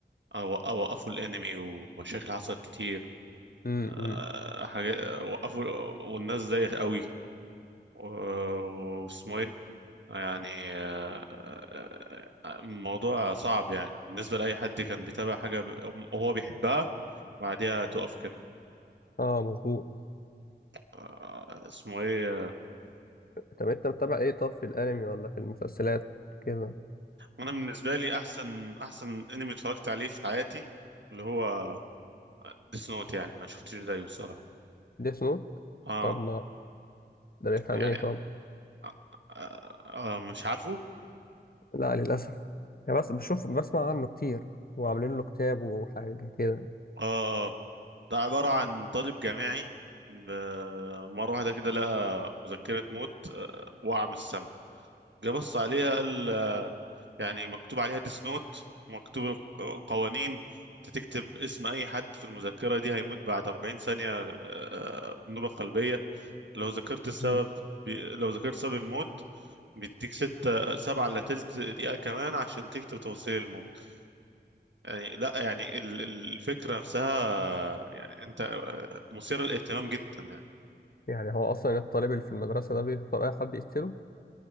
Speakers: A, on the right (about 75°); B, on the left (about 55°).
A: آه، وق- وقفوا الانمي ومشاكل حصلت كتير
B: امم
A: آه، حاجة آه، وقفوا والناس زيت قوي و- واسمه ايه يعني آه، آه، آه، الموضوع صعب يعني بالنسبة لأي حد كان بيتابع حاجة ب- هو بيحبها بعديها تقف كده
B: اه مظبوط
A: آه، اسمه ايه آه،
B: طب أنت متابع إيه طب في الأنمي ولا في المسلسلات كده
A: انا بالنسبة لي احسن احسن انمي اتفرجت عليه في حياتي اللي هو ديس نوت يعني ما شفتش زيه الصراحة
B: ديس نوت
A: اه
B: طب ما ده بيحكي
A: يعني
B: عن إيه طب
A: آه آه آه، مش عارفه
B: لا للأسف يعني بس بشوف بسمع عنه كتير وعاملين له كتاب وحاجة كده
A: اه آه. ده عبارة عن طالب جامعي ب- مرة واحدة كده لقى مذكرة موت آه، وقع من السما جه بص عليها قال آه، يعني مكتوب عليها ديس نوت مكتوب القوانين انت تكتب اسم اي حد في المذكرة دي هيموت بعد 40 ثانية آه، بنوبة قلبية لو ذكرت السبب
B: مم.
A: بي... لو ذكرت سبب الموت بيديك ستة سبعة إلا تلت دقيقة كمان عشان تكتب تفاصيل الموت يعني لا يعني ال- ال- الفكرة نفسها يعني انت آه، مثير للاهتمام جدا يعني
B: يعني هو أصلا الطالب اللي في المدرسة ده بيختار أي حد يقتله